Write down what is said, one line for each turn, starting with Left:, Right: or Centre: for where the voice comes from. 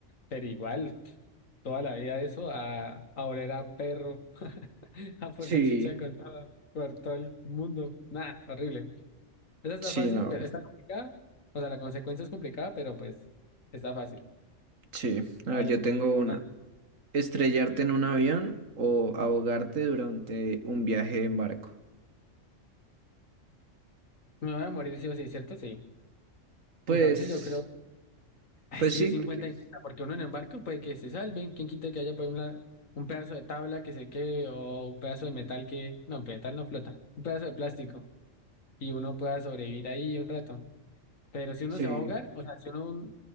Left: Pero igual, pf, toda la vida eso, a, a oler a perro, <laughs> a pura
Right: sí,
Left: chucha con todo, por todo el mundo. Nada, horrible. Esa está
Right: sí,
Left: fácil,
Right: no,
Left: pero está complicada. O sea, la consecuencia es complicada, pero pues está fácil.
Right: sí. A
Left: A
Right: ver,
Left: ver,
Right: yo tengo
Left: sí,
Right: una.
Left: dale.
Right: Estrellarte en un avión o ahogarte durante un viaje en barco.
Left: me voy a morir sí o sí, ¿cierto? Sí.
Right: Pues,
Left: Entonces yo creo, <laughs> ay,
Right: pues
Left: es que
Right: sí,
Left: 50
Right: porque
Left: y 50, porque uno en el barco puede que se salve. ¿Quién quita que haya por un, la- un pedazo de tabla que se quede o un pedazo de metal que... No, metal no flota. Un pedazo de plástico. Y uno pueda sobrevivir ahí un rato. Pero si uno
Right: sí,
Left: se va a ahogar, o sea, si uno